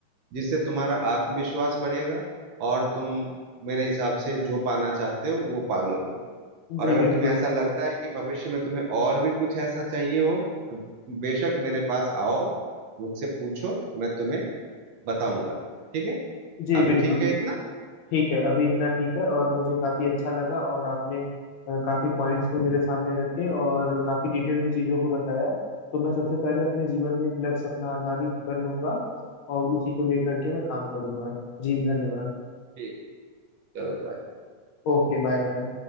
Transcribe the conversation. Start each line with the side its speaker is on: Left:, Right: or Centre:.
Right: जिससे तुम्हारा आत्मविश्वास बढ़ेगा और तुम मेरे हिसाब से जो पाना चाहते हो वो पालोगे और
Left: जी
Right: अगर
Left: बिल्कुल
Right: तुम्हें ऐसा लगता है कि भविष्य में तुम्हें और भी कुछ ऐसा चाहिए हो तो बेशक मेरे पास आओ मुझसे पूछो मैं तुम्हें बताऊंगा ठीक है
Left: जी
Right: अभी
Left: बिल्कुल
Right: ठीक है इतना
Left: ठीक है अभी इतना ठीक है और मुझे काफी अच्छा लगा और आपने अ, काफी पॉइंट्स भी मेरे सामने रखे और काफी डिटेल में चीजों को बताया तो मैं सबसे पहले अपने जीवन में एक लक्ष्य अपना आधारित कर लूंगा और उसी को लेकर के मैं काम करूंगा जी धन्यवाद
Right: ठीक, चलो बाय
Left: Okay bye bye